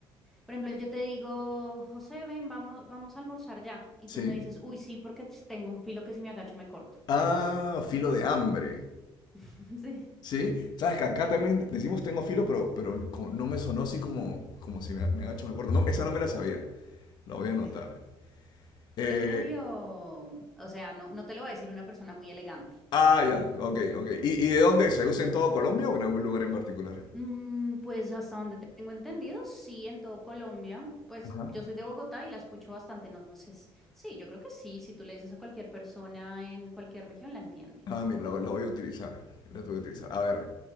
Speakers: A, in the centre; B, on the left.
A: por ejemplo, yo te digo, José, ven, vamos, vamos a almorzar ya. Y
B: Sí.
A: tú me dices, uy, sí, porque t- tengo un filo que si me agacho me corto.
B: Ah, filo de hambre.
A: <laughs> Sí,
B: ¿Sí? Sabes que acá también decimos tengo filo, pero, pero co- no me sonó así como, como si me, me ha hecho me acuerdo. No, esa no me la sabía. La voy a anotar.
A: sí.
B: Eh,
A: Es medio, o sea, no, no te lo va a decir una persona muy elegante.
B: ah, ya, ok, ok. ¿Y, y de dónde? ¿Se usa en todo Colombia o en algún lugar en particular?
A: Mm, pues hasta donde tengo entendido, sí, en todo Colombia. Pues
B: Ajá.
A: yo soy de Bogotá y la escucho bastante, entonces, sí, yo creo que sí, si tú le dices a cualquier persona en cualquier región, la entiende.
B: Ah, mira, la, la voy a utilizar. La voy a utilizar. A ver.